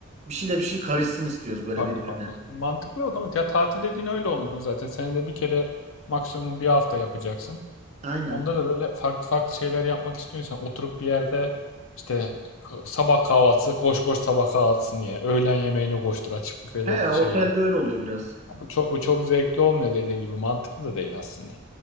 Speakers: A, on the right; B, on the left.
A: Bir şeyle bir şey karışsın istiyoruz böyle
B: farklı
A: birbirine.
B: farklı. Mantıklı o zaman. Ya tatil dediğin öyle olmalı zaten. Senede bir kere maksimum bir hafta yapacaksın.
A: Aynen.
B: Onda da böyle farklı farklı şeyler yapmak istiyorsan oturup bir yerde işte k- sabah kahvaltısı koş koş sabah kahvaltısını ye. Öğlen yemeğini koştur açık büfede
A: He, otelde
B: şey yap.
A: öyle oluyor biraz.
B: Bu çok bu çok zevkli olmuyor dediğin gibi mantıklı da değil aslında.